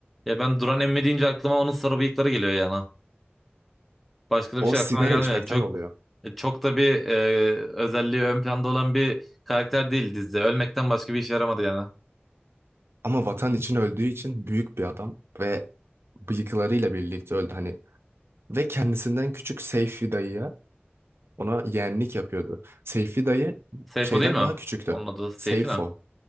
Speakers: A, in the centre; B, on the right.
A: Ya ben Duran Emmi deyince aklıma onun sarı bıyıkları geliyor yana. Başka da
B: O
A: bir şey
B: sigara
A: aklıma gelmiyor.
B: içmekten
A: Çok
B: oluyor.
A: e, çok da bir e, özelliği ön planda olan bir karakter değil dizide. Ölmekten başka bir işe yaramadı yani.
B: Ama vatan için öldüğü için büyük bir adam ve bıyıklarıyla birlikte öldü hani. Ve kendisinden küçük Seyfi dayıya ona yeğenlik yapıyordu. Seyfi dayı
A: Seyfo
B: şeyden
A: değil mi? o?
B: daha küçüktü.
A: Onun adı Seyfi
B: Seyfo.
A: ne?